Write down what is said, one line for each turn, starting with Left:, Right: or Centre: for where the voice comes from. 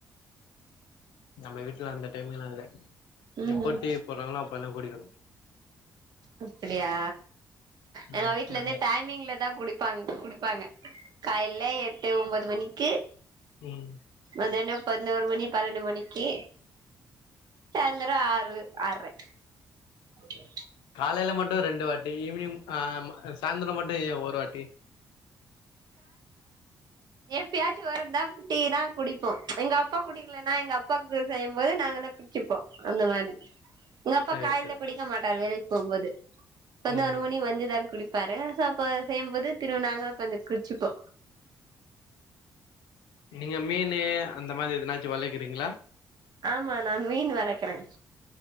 Left: நம்ம வீட்டுல அந்த டைமிங்ல இல்ல
Right: ம்
Left: எப்ப டீ போடுறாங்களோ அப்ப எல்லா கூடிக்கணு
Right: அப்படியா எங்க
Left: நாங்க
Right: வீட்டுல
Left: நாங்க
Right: இருந்தே டைமிங்ல தா குடிப்பாங்க குடிப்பாங்க காலல எட்டு ஒன்பது மணிக்கு
Left: உம்
Right: உடனே பதினோரு மணி பன்னெண்டு மணிக்கு சாயந்திரம் ஆறு ஆறுரை ஓக
Left: காலையில மட்டு ரெண் வாட்டி ஈவினிங் ஆ சாயந்திரம் மட்டும் ஒரு வாட்டி
Right: ப்பயாச்சு வந்தாட்டி தா குடிப்போ எங்க அப்பா குடிக்கலன்னா எங்க அப்பாவுக்கு செய்யும்போது நாங்கல்லா குடிச்சிப்போம் அந்த மாரி இங்கப்பா
Left: சேரி
Right: காலைல
Left: சேரி
Right: குடிக்க மாட்டாரு வெலைக் ஒன்பது பதினோருமணி
Left: ம்
Right: மணி வந்த தங்க குடி ப்பாரு சோப்ப செய்யும்போது திரும்வு நாங்களு கொஞ்ச குடிச்சிப்போ
Left: நீங்க மீனு அந்த மாதிரி எதனாச்சு வளக்குறீங்களா
Right: ஆமா நா மீன் வளக்கறே